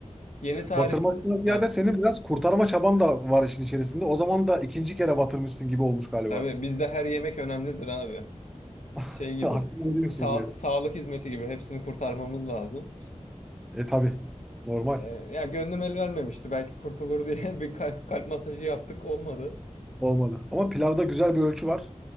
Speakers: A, on the left; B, in the centre.
A: yeni tarifli.
B: batırmaktan ziyade
A: He,
B: senin biraz kurtarma çaban da var işin içerisinde. O zaman da ikinci kere batırmışsın gibi olmuş galiba.
A: tabii bizde her yemek önemlidir abi.
B: <laughs>
A: Şey gibi.
B: Hakkını veriyorsunuz
A: Sa
B: yani.
A: sağlık hizmeti gibi hepsini kurtarmamız lazım.
B: E tabii. Normal.
A: Ee, ya gönlüm el vermemişti. Belki kurtulur diye <laughs> bir kal- kalp masajı yaptık olmadı.
B: Olmadı. Ama pilavda güzel bir ölçü var.